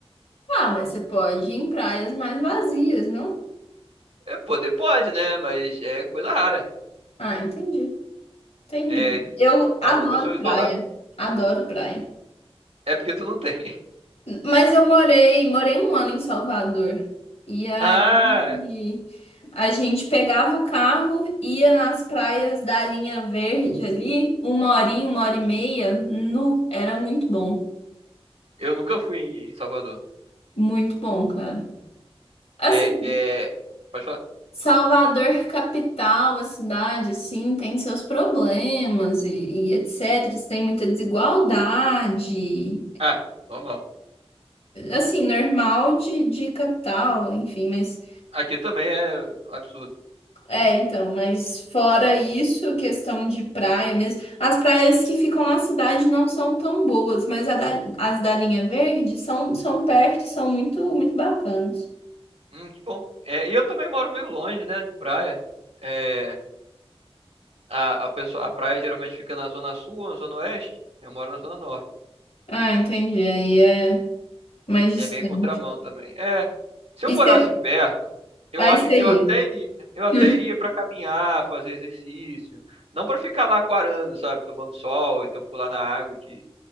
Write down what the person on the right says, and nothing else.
É, poder pode, né? Mas é coisa rara.
É,
algumas
são isoladas.
É porque tu não tem. <laughs>
Ah,
eu nunca fui em Salvador.
É, é, pode falar.
Ah, normal.
Aqui também é absurdo.
Hum, que bom. É, e eu também moro meio longe, né, de praia. É, a, a pessoa, a praia geralmente fica na zona sul, na zona oeste. Eu moro na zona norte.
É bem contramão também. É, se
eu morasse
perto, eu
acho
que
eu até
iria. Eu até iria pra caminhar, fazer exercício, não pra ficar lá quarando, sabe, tomando sol, então pular na água que